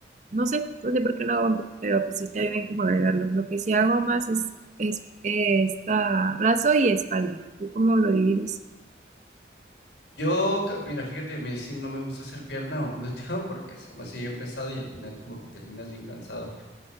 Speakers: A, on the right; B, on the left.
A: no sé, no sé por qué no hago hombro, pero pues sí estaría bien como agregarlo. Lo que sí hago más es, es eh, esta brazo y espalda. ¿Tú cómo lo divides?
B: Yo, ca- mira, fíjate, a mí sí no me gusta hacer pierna o glúteo porque es demasiado pesado y al final como que terminas bien cansado.